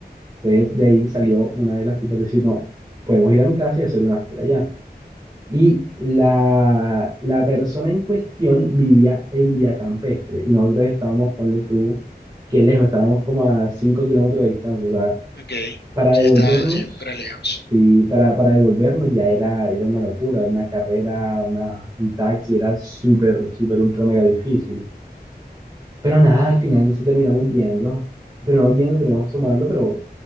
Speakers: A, on the right; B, on the left.
A: Entonces, de ahí salió una de las tipas decir, no, podemos ir a mi casa y hacer un after allá. Y la, la persona en cuestión vivía en Vía Campestre y nosotros estábamos, ponle tú, que lejos, estábamos como a 5 kilómetros de distancia. O sea,
B: Ok,
A: para
B: sí,
A: devolvernos,
B: está siempre lejos.
A: sí, para, para devolvernos ya era, era una locura, una carrera, una, un taxi, era súper, súper, ultra, mega difícil. Pero nada, al final sí terminamos yendo, terminamos yendo, terminamos tomando, pero